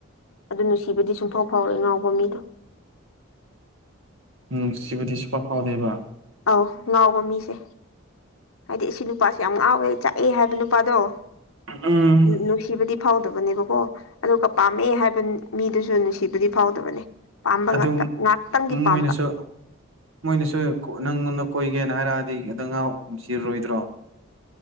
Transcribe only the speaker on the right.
ꯅꯨꯡꯁꯤꯕꯗꯤ ꯁꯨꯡꯐꯥꯎ ꯐꯥꯎꯗꯦꯕ
ꯎꯝ
ꯑꯗꯨꯝ
ꯃꯣꯏꯅꯁꯨ ꯃꯣꯏꯅꯁꯨ ꯅꯪꯉꯣꯟꯗ ꯀꯣꯏꯒꯦꯅ ꯍꯥꯏꯔꯛꯑꯗꯤ ꯑꯗ ꯉꯥꯎ ꯅꯨꯡꯁꯤꯔꯣꯏꯗ꯭ꯔꯣ